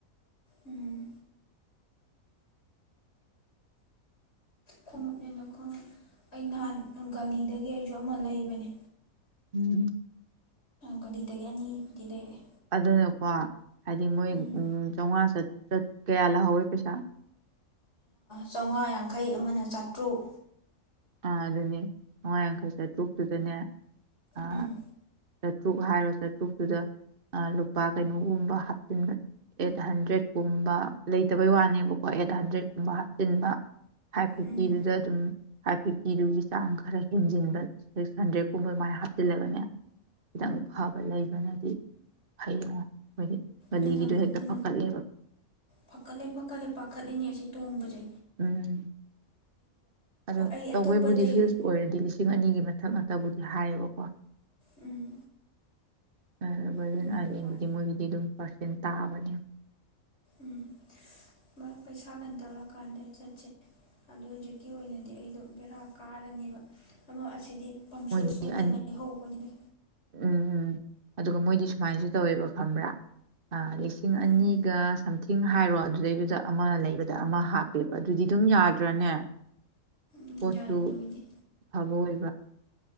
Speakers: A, on the left (about 50°); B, on the right (about 40°).
A: ꯎꯝ ꯈꯣꯡꯉꯞꯅꯦꯅ ꯈꯣꯡ ꯑꯩ ꯅꯍꯥꯟ ꯒꯥꯂꯤꯗꯒꯤ ꯑꯩꯁꯨ ꯑꯃ ꯂꯩꯕꯅꯦ
B: ꯎꯝ
A: ꯒꯥꯂꯤꯗꯒꯤ ꯑꯅꯤꯕꯨꯗꯤ ꯂꯩꯔꯛꯑꯦ
B: ꯑꯗꯨꯅꯦꯀꯣ ꯍꯥꯏꯗꯤ ꯃꯣꯏ
A: ꯎꯝ
B: ꯎ ꯆꯣꯡꯉꯥ ꯆ ꯆꯠ ꯀꯌꯥꯂ ꯍꯋꯦ ꯄꯩꯁꯥ
A: ꯆꯥꯝꯃꯉꯥ ꯌꯥꯡꯈꯩ ꯑꯃꯅ ꯆꯥꯇ꯭ꯔꯨꯛ
B: ꯑꯥ ꯑꯗꯨꯅꯤ ꯍꯋꯥꯥ ꯌꯥꯡꯈꯩ ꯆꯥꯇ꯭ꯔꯨꯛꯇꯨꯗꯅꯦ ꯑ
A: ꯎꯝ
B: ꯆꯥꯇ꯭ꯔꯨꯛ ꯍꯥꯏꯔꯣ ꯆꯥꯇ꯭ꯔꯨꯛꯇꯨꯗ ꯂꯨꯄꯥ ꯀꯩꯅꯣꯒꯨꯝꯕ ꯍꯥꯞꯆꯤꯟꯕ ꯑꯦꯠ ꯍꯟꯗ꯭ꯔꯦꯠꯀꯨꯝꯕ ꯂꯩꯇꯕꯩ ꯋꯥꯅꯦꯕꯀꯣ ꯑꯦꯠ ꯍꯟꯗ꯭ꯔꯦꯠꯀꯨꯝꯕ ꯍꯥꯞꯆꯤꯟꯕ ꯐꯥꯏꯚ ꯐꯤꯐꯇꯤꯗꯨꯗ
A: ꯎꯝ
B: ꯑꯗꯨꯝ ꯐꯥꯏꯚ ꯐꯤꯐꯇꯤꯗꯨꯒꯤ ꯆꯥꯡ ꯈꯔ ꯍꯦꯟꯖꯤꯟꯕ ꯁꯤꯛꯁ ꯍꯟꯗ꯭ꯔꯦꯗꯀꯨꯝꯕ ꯑꯗꯨꯃꯥꯏꯅ ꯍꯥꯞꯆꯤꯜꯂꯒꯅꯦ ꯈꯤꯇꯪ ꯐꯕ ꯂꯩꯕꯅꯗꯤ ꯐꯩ ꯌꯦꯡꯉꯣ ꯑꯩꯈꯣꯏꯗꯤ ꯕꯂꯤꯒꯤꯗꯣ
A: ꯅꯅꯕꯨꯗꯤ
B: ꯍꯦꯛꯇ ꯐꯀꯠꯂꯦꯕ
A: ꯐꯀꯠꯂꯦ ꯐꯀꯠꯂꯦ ꯄꯥꯈꯠꯂꯤꯅꯤ ꯑꯁꯤ ꯇꯣꯡꯝꯕꯖꯦ
B: ꯎꯝ ꯑꯣ
A: ꯑꯩ
B: ꯇꯧꯕꯣꯏꯕꯨꯗꯤ
A: ꯑꯇꯣꯞꯄ ꯑꯇꯩ
B: ꯍꯤꯜꯁ ꯑꯣꯏꯔꯗꯤ ꯂꯤꯁꯤꯡ ꯑꯅꯤꯒꯤ ꯃꯊꯛ ꯉ ꯇꯕꯨꯗꯤ ꯍꯥꯏꯌꯦꯕꯀꯣ
A: ꯎꯝ
B: ꯀꯔꯝꯕ
A: ꯎꯝ
B: ꯑꯔꯗꯤ
A: ꯍꯣꯏ
B: ꯃꯔꯗꯔ ꯆꯆꯤꯟ ꯇꯥꯕꯅꯤ
A: ꯎꯝ ꯃꯥ ꯄꯩꯁꯥ ꯀꯩꯅ ꯇꯧꯔꯀꯥꯟꯗ ꯆꯠꯁꯦ ꯑꯣ ꯍꯧꯖꯤꯛꯀꯤ ꯑꯣꯏꯅꯗꯤ ꯑꯩꯗꯣ ꯕꯦꯔꯥ ꯀꯥꯔꯅꯦꯕ ꯑꯃ ꯑꯁꯤꯗꯤ ꯄꯝꯁꯨꯁ
B: ꯃꯣꯏꯗꯤ
A: ꯑꯣꯏꯅ
B: ꯑ
A: ꯂꯩꯍꯧꯕꯅꯤꯗ
B: ꯎꯝ ꯎꯝ ꯑꯗꯨꯒ ꯃꯣꯏꯗꯤ ꯁꯨꯃꯥꯏꯅꯁꯨ ꯇꯧꯋꯦꯕ ꯈꯪꯕ꯭ꯔꯥ ꯂꯤꯁꯤꯡ ꯑꯅꯤꯒ
A: ꯎꯝ
B: ꯁꯝꯊꯤꯡ ꯍꯥꯏꯔꯣ ꯑꯗꯨꯗꯩꯗꯨꯗ ꯑꯃ ꯂꯩꯕꯗ ꯑꯃ ꯍꯥꯞꯄꯦꯕ ꯑꯗꯨꯗꯤ ꯑꯗꯨꯝ ꯌꯥꯗ꯭ꯔꯅꯦ
A: ꯎꯝ
B: ꯄꯆꯨ
A: ꯌꯥꯏ ꯑꯗꯨ ꯑꯣꯏꯗꯤ
B: ꯐꯕꯣꯏ